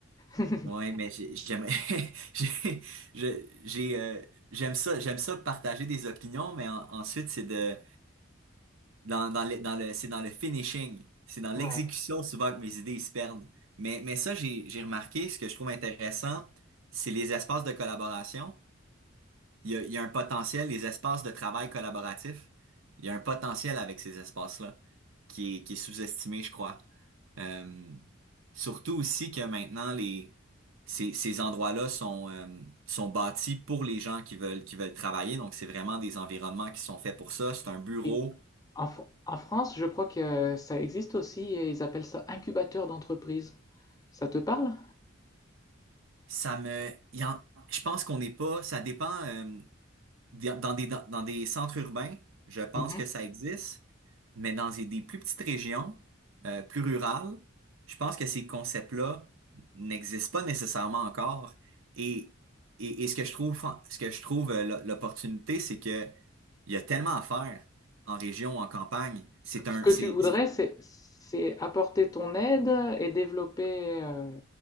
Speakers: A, on the left; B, on the right.
A: euh, <laughs>
B: ouais, mais j'ai- j'aime, <laughs> j'ai, je- j'ai, euh, j'aime ça, j'aime ça partager des opinions, mais en- ensuite c'est de, dans, dans le, dans le, c'est dans le finishing, c'est dans
A: Ouais.
B: l'exécution souvent que mes idées se perdent. Mais, mais ça, j'ai, j'ai remarqué, ce que je trouve intéressant, c'est les espaces de collaboration. Il y a, il y a un potentiel, les espaces de travail collaboratif, il y a un potentiel avec ces espaces-là qui est, qui est sous-estimé, je crois. Euh, surtout aussi que maintenant, les, ces, ces endroits-là sont, euh, sont bâtis pour les gens qui veulent, qui veulent travailler. Donc, c'est vraiment des environnements qui sont faits pour ça. C'est un bureau.
A: Et en, Fr- en France, je crois que euh, ça existe aussi et ils appellent ça incubateur d'entreprise. Ça te parle?
B: Ça me, il y en- je pense qu'on n'est pas, ça dépend, euh, des- dans des, dans des centres urbains, je pense
A: Mhm.
B: que ça existe. Mais dans des des plus petites régions, euh, plus rurales, je pense que ces concepts-là n'existent pas nécessairement encore. Et, et, et ce que je trouve, ce que je trouve euh, l'o- l'opportunité, c'est que il y a tellement à faire en région, en campagne. C'est
A: Ce
B: un,
A: que
B: c'est,
A: tu voudrais, c'est c'est apporter ton aide et développer euh,